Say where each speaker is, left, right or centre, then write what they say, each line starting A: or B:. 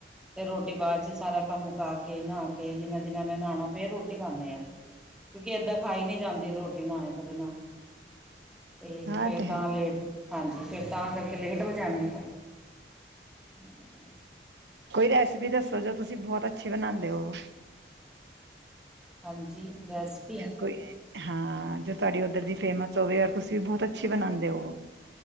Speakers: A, in the centre; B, on the right (about 80°).
A: ਤੇ ਰੋਟੀ ਬਾਅਦ ਚ ਸਾਰਾ ਕੰਮ ਮੁਕਾ ਕੇ ਨਹਾ ਕੇ ਜਿਨਾ ਜਿਨਾਂ ਨੇ ਨਹਾਉਣਾ ਫੇਿਰ ਰੋਟੀ ਖਾਂਦੇ ਆ ਕਿਉਂਕਿ ਏਦਾਂ ਖਾਈ ਨੀ ਜਾਂਦੀ ਰੋਟੀ ਨਏ ਤੋਂ ਬਿਨਾ ਅਤੇ
B: ਹੈ ਹਾਂ
A: ਫਿਰ
B: ਇਹ ਤੇ
A: ਤਾਂ
B: ਹੈ
A: ਲੇਟ ਹਾਂਜੀ ਫਿਰ ਤਾਂ ਕਰਕੇ ਲੇਟ ਹੋ ਜਾਣਗੇਗਾ। ਹਮ।
B: ਕੋਈ ਰੈਸਪੀ ਦੱਸੋ ਜੋ ਤੁਸੀਂ ਬਹੁਤ ਅੱਛੀ ਬਣਾਉਂਦੇ ਹੋ।
A: ਹਾਂਜੀ। ਰੈਸਪੀ
B: ਕੋਈ ਹਾਂ ਜੋ ਤੁਹਾਡੀ ਉੱਧਰ ਦੀ ਫੇਮਸ ਸੋਵੇਰ ਤੁਸੀਂ ਵੀ ਬਹੁਤ ਅੱਛੀ ਬਣਾਉਂਦੇ ਹੋ।